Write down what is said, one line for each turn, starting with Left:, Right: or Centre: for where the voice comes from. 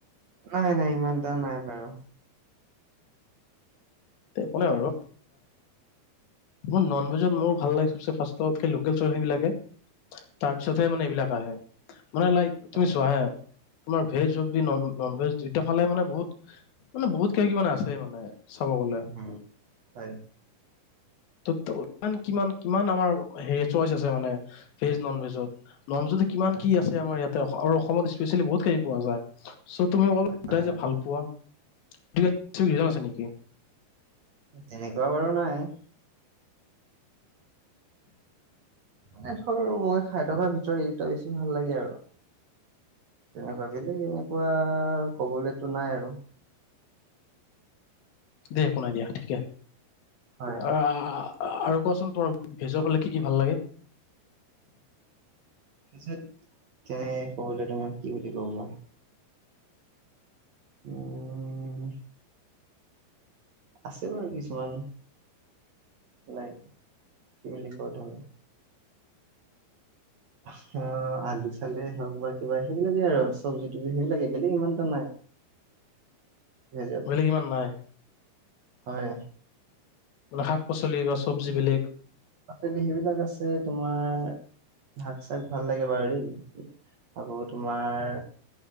Right: নাই নাই ইমান এটা নাই বাৰু
Left: একো নাই বাৰ মোৰ নন ভেজত মোৰ ভাল লাগে ফ লেল চ <unintelligible> বিলাকে তাৰপিছত মানে এইবিলাক আহে মানে লাইক
Right: হয়
Left: তুমি চোৱা হে তোমাৰ ভেজ নন ভেজ দুইতা ফালে মানে বহুত মানে বহুত কিয় কি মানে আছে মানে চাব গলে
Right: হ হয়
Left: ত ইমান কিমান কিমান আমাৰ হেৰি চইচ আছে মানে ভেজ নন ভেজত ননচ কিমান
Right: হয়
Left: কি আছে আমাৰ ইয়াত আৰু অসমত স্পেচিয়েলি বহুত কিনি পোৱা যায় চ' তুমি অলপ
Right: হয়
Left: সোটোই
Right: হয়
Left: যে ভাল পোৱা। আছে নেকি
Right: তেনেকুৱা বাৰু নাই। মানে ধৰ মই খাই থকাৰ ভিতৰত এই দুটা বেছি ভাল লাগে আৰু তেনেকুৱা বেলেগ এনেকুৱা কবলেতো নাই আৰু
Left: দিয়া একো নাই দিয়া ঠিকে।
Right: হয়।
Left: অঁ। আৰু কোৱাচোন তোমাৰ ভেজৰ ফালে কি কি ভাল লাগে?
Right: তাৰপিছত কেনেক ক'ব তোমাৰ কি বুলি কওঁ মই? উম। আছে বাৰু কিছুমান নাই কি বুলি কয় তম অ' আলু চালুয়ে হওঁক বা কিবা সেইবিলাকেই আৰু চবজি তবি সেইবিলাকে বেলেগ ইমান এটা নাই। ভেজত
Left: বেলেগ ইমান নাই।
Right: হয়।
Left: মানে শাক পাচলি বা চব্জি বেলেগ।
Right: ত সেইবিলাক আছে তোমাৰ শাক চাক ভাল লাগে বাৰু দেই আকৌ তোমাৰ